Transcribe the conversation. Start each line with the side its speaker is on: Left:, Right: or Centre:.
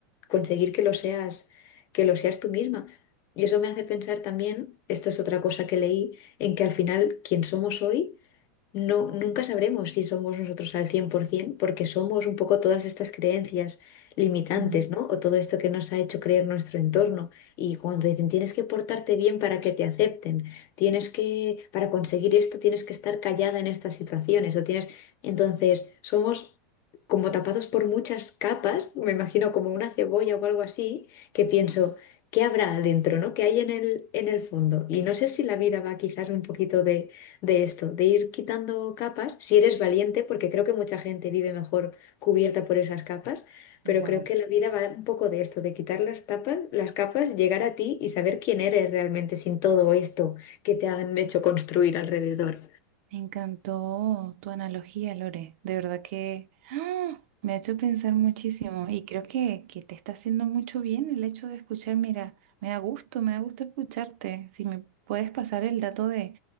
Left: conseguir que lo seas, que lo seas tú misma. Y eso me hace pensar también, esto es otra cosa que leí, en que al final quien somos hoy no, nunca sabremos si somos nosotros al 100% porque somos un poco todas estas creencias limitantes,
Right: Mm.
Left: ¿no? O todo esto que nos ha hecho creer nuestro entorno. Y cuando dicen, tienes que portarte bien para que te acepten, tienes que, para conseguir esto, tienes que estar callada en estas situaciones, o tienes, entonces, somos como tapados por muchas capas, me imagino como una cebolla o algo así, que pienso, ¿qué habrá adentro, ¿no? ¿Qué hay en el, en el fondo? Y no sé si la vida va quizás un poquito de de esto, de ir quitando capas, si eres valiente, porque creo que mucha gente vive mejor cubierta por esas capas, pero
Right: Wow.
Left: creo que la vida va un poco de esto, de quitar las tapas, las capas, llegar a ti y saber quién eres realmente sin todo esto que te han hecho construir alrededor.
Right: Me encantó tu analogía, Lore. De verdad que ¡ah! me ha hecho pensar muchísimo y creo que, que te está haciendo mucho bien el hecho de escuchar. Mira, me da gusto, me da gusto escucharte. Si me puedes pasar el dato de,